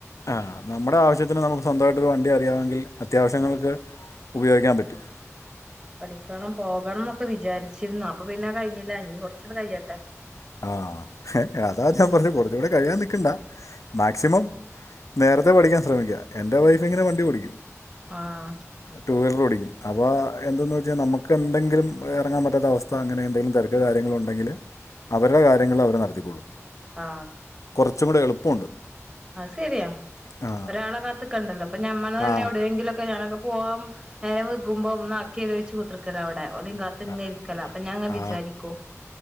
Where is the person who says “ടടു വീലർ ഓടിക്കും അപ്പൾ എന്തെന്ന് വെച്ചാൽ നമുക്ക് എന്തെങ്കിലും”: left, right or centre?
Left